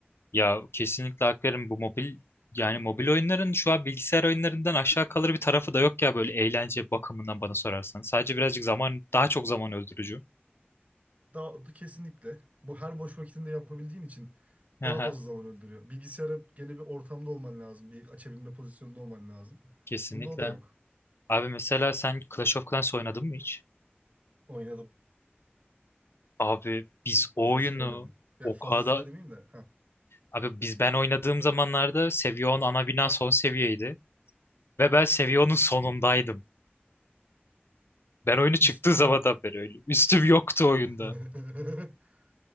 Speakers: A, on the left; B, on the right.
A: Ya kesinlikle hak veririm. Bu mobil yani mobil oyunların şu an bilgisayar oyunlarından aşağı kalır bir tarafı da yok ya böyle eğlence bakımından bana sorarsan. Sadece birazcık zaman daha çok zaman öldürücü.
B: Daha kesinlikle. Bu her boş vakitinde yapabildiğin için
A: Aha,
B: daha fazla zaman öldürüyor. Bilgisayara gene bir ortamda olman lazım. Bir açabilme pozisyonunda olman lazım.
A: kesinlikle.
B: Bunda o da yok.
A: Abi mesela sen Clash of Clans oynadın mı hiç?
B: Oynadım.
A: Abi biz o
B: Fazlasıyla
A: oyunu
B: oynadım. Ya
A: o
B: fazlası
A: kadar
B: da demeyeyim de. Ha.
A: Abi biz ben oynadığım zamanlarda Seviyon ana bina son seviyeydi. Ve ben Seviyon'un
B: Hı hı.
A: sonundaydım. Ben oyunu çıktığı
B: Üstün
A: zamandan
B: yok.
A: beri öyle. Üstüm yoktu oyunda.
B: <laughs>